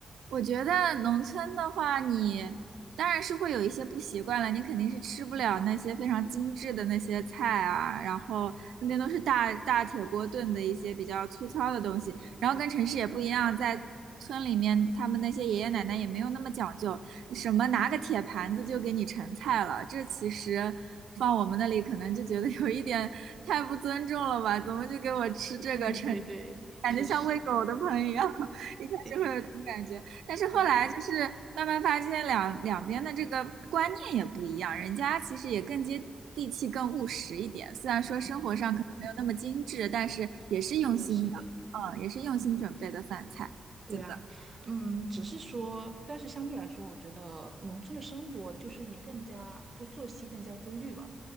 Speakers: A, on the right; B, on the right.
A: 我觉得农村的话，你当然是会有一些不习惯了，你肯定是吃不了那些非常精致的那些菜啊，然后那边都是大大铁锅炖的一些比较粗糙的东西，然后跟城市也不一样，在村里面他们那些爷爷奶奶也没有那么讲究，什么拿个铁盘子就给你盛菜了，这其实放我们那里可能就觉得有一点太不尊重了吧，怎么就给我吃这个盛，
B: 嗯，对对，
A: 感觉像喂狗的盆一样。
B: 确实，
A: <laughs> 一开始会有这种感觉，
B: 对呀，
A: 但是后来就是慢慢发现两两边的这个观念也不一样，
B: 嗯
A: 人家其实也更接地气、更务实一点。虽然说生活上可能没有那么精致，
B: 嗯，
A: 但是也是用心的，
B: 是的，是的。
A: 嗯，也是用心准备的饭菜。
B: 对啊，
A: 对的，
B: 嗯，只是说，但是相对来说，我觉得农村的生活就是你更加就作息更加规律吧，